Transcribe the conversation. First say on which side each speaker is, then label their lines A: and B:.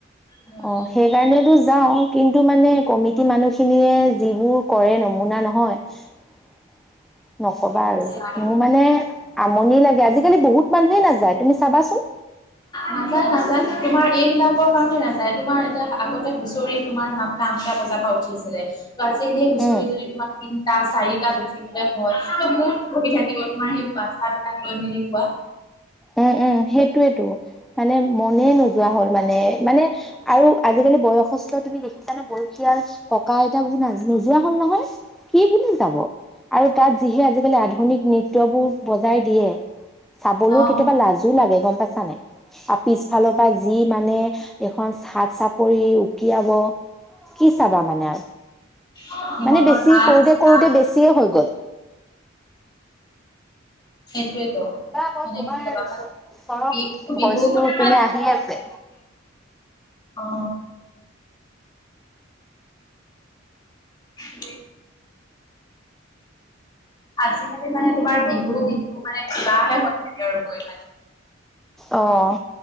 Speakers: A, on the left; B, in the centre.
A: নোৱাৰি
B: অ সেইকাৰণেতো যাওঁ। কিন্তু মানে কমিটি মানুহখিনিয়ে যিবোৰ কৰে নমুনা নহয়। নকবা
A: সঁচা
B: আৰু মোৰ মানে আমনি লাগে আজি আজিকালি বহুত মানুহে নাযায় তুমি চাবা চোন।
A: নাযায় নাযায় তোমাৰ এইবিলাকৰ কাৰণে নাযায় তোমাৰ এতিয়া আগতে হুচৰি তোমাৰ সাতটা আঠটা বজাৰ পৰা উঠিছিলে ত' আজি সেই হুঁচৰি
B: উম
A: যদি তোমাৰ তিনটা চাৰিটাত উঠিবলৈ হয় বহুত অসুবিধা থাকিব তোমাৰ সেই বাটচ্ছাবিলাক লৈ মেলি কোৱা
B: উম উম সেইটোয়েতো মানে মনে নোযোৱা হ'ল মানে মানে আৰু আজিকালি বয়সস্থ তুমি দেখিছা নে বয়সীয়াল ককা আইতা বোৰ নোযোৱা হল নহয়। কি বুলি যাব আৰু তাত যিহে আজিকালি আধুনিক নৃত্যবোৰ বজাই দিয়ে চাবলৈও
A: অ
B: কেতিয়াবা লাজো লাগে গম পাইছা নাই? আৰু পিছফালৰ পৰা যি মানে এখন হাত চাপৰি উকিয়াব। কি চাবা মানে আৰু
A: সিহঁতৰ
B: মানে বেছি
A: নাচ
B: কৰোতে কৰোতে
A: গান।
B: বেছিয়ে হৈ গ'ল
A: সেইটোৱে।
B: কিবা আকৌ
A: মানে
B: তোমাৰ
A: কি কবা
B: ওচৰত
A: আৰু বিহু
B: ভইচটো
A: বিহু
B: পিনে আহি আছে
A: অ। উম। আজিকালি মানে তোমাৰ বিহু বিহু মানে কিবাহে হৈ থাকে আৰু গৈ মানে।
B: অহ